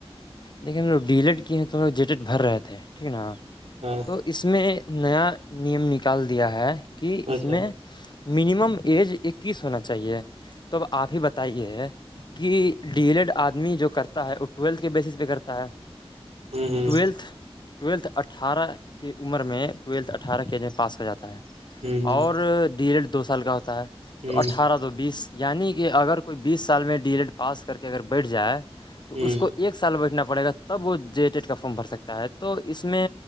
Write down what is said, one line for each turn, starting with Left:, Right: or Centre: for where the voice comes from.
Left: دیکن ہم لوگ ڈیلیٹ کیے ہیں تو ہم لوگ جیٹ بھر رہے تھے ٹھیک نا
Right: ہاں
Left: تو اس میں نیا نیم نکال دیا ہے کہ اس
Right: اچھا
Left: میں منیمم ایج اکیس ہونا چاہیے تو آپ ہی بتائیے کہ ڈیلڈ آدمی جو کرتا ہے وہ ٹویلتھ کے بیسس پہ کرتا ہے
Right: ہوں ہوں
Left: ٹولتھ ٹویلتھ اٹھارہ کی عمر میں ٹویلتھ اٹھارہ کےے پاس ہو جاتا ہے
Right: ہوں
Left: اور ڈی رڈ دو سال کا ہوتا ہے
Right: ہوں
Left: تو اٹھارہ س بیس یعنی کہ اگر کوئی بیس سال میں ڈی ایل ایڈ پاس کر کے اگر بیٹھ جائے تو
Right: ہوں
Left: اس کو ایک سال بیٹھنا پڑے گا تب وہ جے ٹیڈ کا فارم بھر سکتا ہے تو اس میں